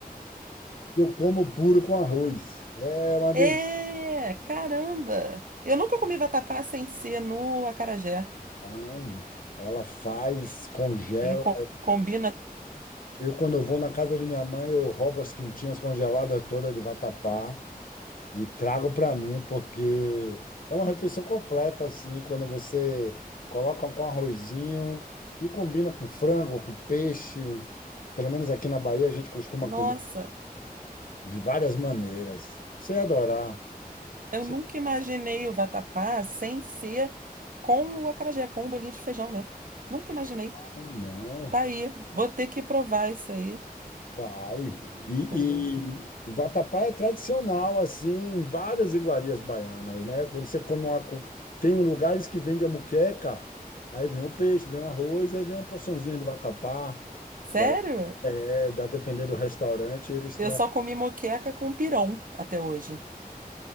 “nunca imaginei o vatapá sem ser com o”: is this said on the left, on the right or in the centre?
Right